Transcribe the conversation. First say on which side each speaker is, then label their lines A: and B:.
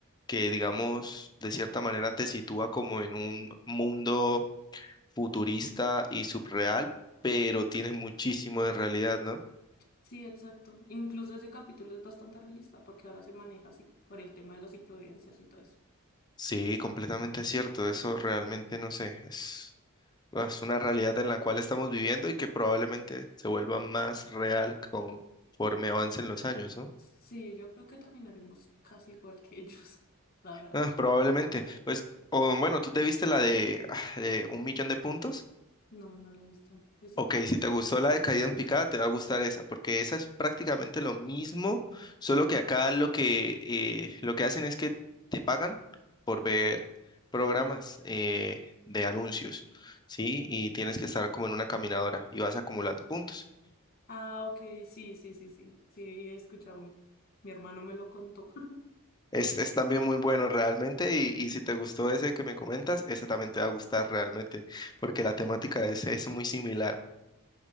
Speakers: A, on the left; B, on the left.
A: que, digamos, de cierta manera te sitúa como en un mundo futurista y subreal, pero tiene muchísimo de realidad, ¿no?
B: Sí, exacto. Incluso ese capítulo es bastante realista porque ahora se maneja así, por el tema de los influencers y todo eso.
A: Sí, completamente cierto, eso realmente no sé, es... Es una realidad en la cual estamos viviendo y que probablemente se vuelva más real conforme avancen los años, ¿no?
B: Sí, yo creo que terminaremos casi igual que ellos, <laughs> la verdad.
A: Ah, probablemente. Pues, o bueno, ¿tú te viste la de, ah, de un millón de puntos?
B: No, no lo he visto. Pensé
A: Ok,
B: que...
A: si te gustó la de caída en picada, te va a gustar esa, porque esa es prácticamente lo mismo, solo que acá lo que, eh, lo que hacen es que te pagan por ver programas eh, de anuncios, ¿sí? Y tienes que estar como en una caminadora y vas acumulando puntos.
B: Ah, ok, sí, sí, sí, sí. Sí, he escuchado. Mi hermano me lo contó. <laughs>
A: Es, es también muy bueno realmente y, y si te gustó ese que me comentas, ese también te va a gustar realmente porque la temática es, es muy similar.